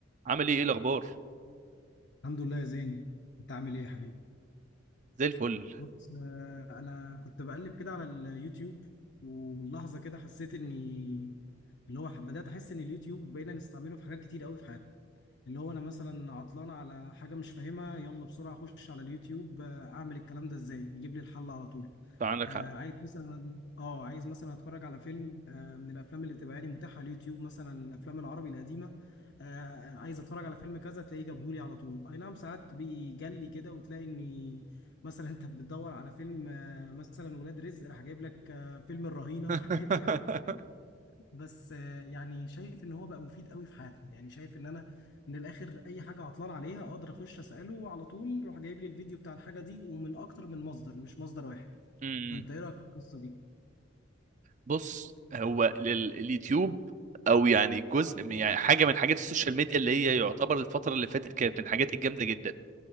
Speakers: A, on the right; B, on the left.
A: عامل ايه ايه الاخبار
B: الحمد لله يا زين انت عامل ايه يا حبيبي
A: زي الفل
B: بص آه، انا كنت بقلب كده على اليوتيوب ولحظه كده حسيت اني اللي هو بدات احس ان اليوتيوب بقينا نستعمله في حاجات كتير قوي في حياتنا اللي هو انا مثلا عطلان على حاجه مش فاهمها يلا بسرعه اخش على اليوتيوب آه، اعمل الكلام ده ازاي يجيب لي الحل على طول
A: فعندك
B: آه
A: حق
B: عايز مثلا اه عايز مثلا اتفرج على فيلم آه من الافلام اللي بتبقى يعني متاحه على اليوتيوب مثلا الافلام العربي القديمه آه عايز اتفرج على فيلم كذا تلاقيه جابهولي على طول اي نعم ساعات بيجلي كده وتلاقي اني <laughs> مثلا انت بتدور على فيلم آه مثلا ولاد رزق راح جايب لك آه فيلم الرهينه راح
A: <laughs>
B: جايب اي حاجه تاني بس آه، يعني شايف ان هو بقى مفيد قوي في حياتنا يعني شايف ان انا من الاخر اي حاجه عطلان عليها اقدر اخش اساله وعلى طول راح جايب لي الفيديو بتاع الحاجه دي ومن اكتر من مصدر مش مصدر واحد
A: امم
B: فانت ايه رايك في القصه دي
A: بص هو لل- اليوتيوب او يعني جزء من يعني حاجه من حاجات السوشيال ميديا اللي هي يعتبر الفتره اللي فاتت كانت من الحاجات الجامده جدا